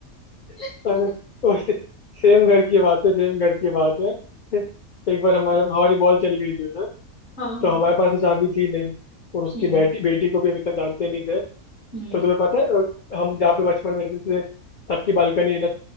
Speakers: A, on the left; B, on the left.
A: <laughs>
B: अरे वो से, सेम घर की बात है सेम घर की बात है <laughs> एक बार हमारे हमारी बॉल चली गई थी उधर
A: हाँ
B: तो
A: हाँ
B: हमारे पास तो चाबी थी नहीं और उसकी
A: हम्म
B: बेटी बेटी को भी हम इतना जानते नहीं थे तो
A: हम्म
B: तुम्हें पता है अ, हम जहाँ पे बचपन में रहते थे सबकी बालकनी है ना